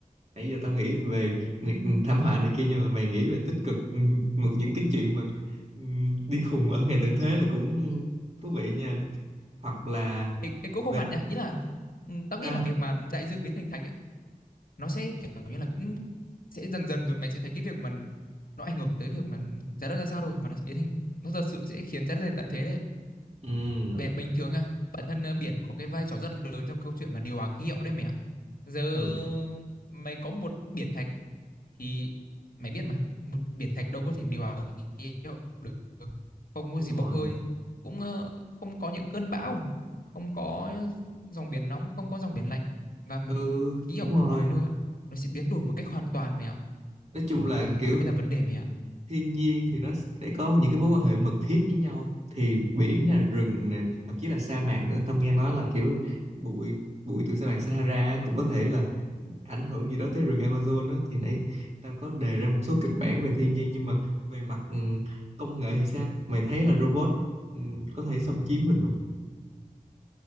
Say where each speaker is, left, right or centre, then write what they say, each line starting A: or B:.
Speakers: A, on the right; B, on the left.
A: nãy giờ tao nghĩ về ni- thảm họa này kia nhưng mà mày nghĩ về tích cực ừm, một những cái chuyện mà ừm, điên khùng ở ngày tận thế là cũng thú vị nha hoặc là
B: Ê, ê, cũng không
A: về
B: hẳn nha ý là ừ, tao nghĩ
A: sao
B: là việc mà đại dương biến thành thạch ấy nó sẽ kiểu như là cũng sẽ dần dần rồi mày sẽ thấy cái việc mà nó ảnh hưởng tới việc mà trái đất ra sao rồi mà nó biến thành nó thật sự sẽ khiến trái đất này tận thế đấy
A: Ừm,
B: Bề- bình thường à bản thân ờ, biển có cái vai trò rất lớn trong câu chuyện mà điều hòa khí hậu đấy mẹ ạ giờ
A: ừ
B: mày có một biển thạch thì mày biết mà một biển thạch đâu có thể điều hòa khí hậu được không có
A: đúng
B: gì
A: rồi
B: bốc hơi cũng ờ, không có những cơn bão không có dòng biển nóng không có dòng biển lạnh và
A: ừ
B: khí
A: đúng
B: hậu của
A: rồi
B: mọi nơi nó sẽ biến đổi một cách hoàn toàn mẹ ạ
A: nói chung
B: ờ
A: là
B: đấy
A: kiểu
B: đấy mới là vấn đề mẹ ạ
A: thiên nhiên thì nó sẽ có những cái mối quan hệ mật thiết với nhau thì biển nè rừng nè thậm chí là sa mạc nữa Tâm nghe nói là kiểu bụi bụi từ sa mạc Sahara cũng có thể là ảnh hưởng gì đó tới rừng Amazon đó thì nãy tao có đề ra một số kịch bản về thiên nhiên nhưng mà về mặt ừm, công nghệ thì sao mày thấy là robot ừm, có thể xâm chiếm mình không